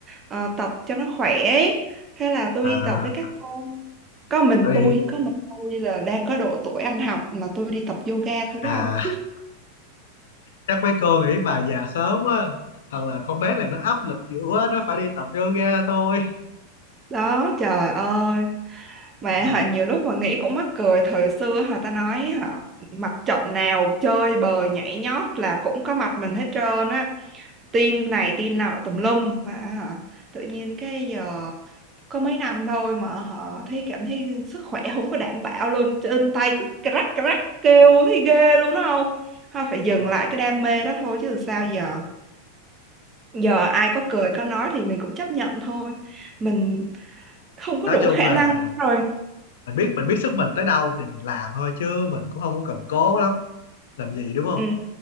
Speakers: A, on the right (about 20°); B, on the left (about 85°).
A: ờ, tập cho nó khỏe ấy. Thế là tôi
B: à
A: đi tập với các cô có mình
B: tại vì
A: tôi có mình tôi là đang có độ tuổi ăn học mà tôi đi tập yoga thôi đó
B: à
A: không
B: chắc mấy cô nghĩ bà già sớm quá hoặc là con bé này nó áp lực dữ quá nó phải đi tập yoga thôi
A: đó trời ơi Và
B: ờ
A: họ nhiều lúc mà nghĩ cũng mắc cười thời xưa họ ta nói họ mặt trận nào chơi bời nhảy nhót là cũng có mặt mình hết trơn á team này team nọ tùm lum mà họ, tự nhiên cái giờ có mấy năm thôi mà họ thấy cảm thấy sức khỏe không có đảm bảo luôn chân tay cứ crack crack kêu thấy ghê luôn đó không họ phải dừng
B: ờ.
A: lại cái đam mê đó thôi chứ sao giờ giờ ai có cười có nói thì mình cũng chấp nhận thôi mình không có
B: nói
A: đủ
B: chung
A: khả
B: là
A: năng rồi
B: mình biết mình biết sức mình tới đâu thì mình làm thôi chứ mình cũng không có cần cố lắm làm gì đúng không
A: ừ,